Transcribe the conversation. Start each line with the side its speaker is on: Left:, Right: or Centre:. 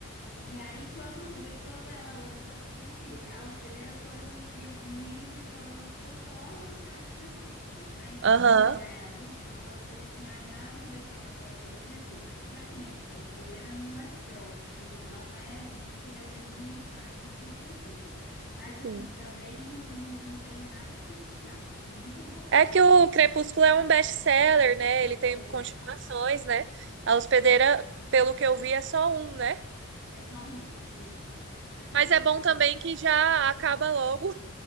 Left: E aí, quando, ve, quando ela lançou, porque esse A Hospedeira foi um filme, um livro que ela lançou pós a saga Crepúsculo, né? Então,
Right: Aham.
Left: como ela já era muito famosa, eu falei assim: ai, nada vai chegar perto do Crepúsculo. Realmente, a Hospedeira não é pró, assim, não é, não tive o mesmo um impacto que o Crepúsculo. Mas assim,
Right: Sim.
Left: também não, não, não tenho nada a criticar. É muito bom,
Right: É
Left: muito
Right: que o
Left: bom.
Right: Crepúsculo é um best-seller, né? Ele
Left: É,
Right: tem continuações, né? A hospedeira, pelo que eu vi, é só um, né?
Left: é só um, isso. Assim,
Right: Mas
Left: é um,
Right: é bom
Left: é
Right: também
Left: um-
Right: que já acaba logo.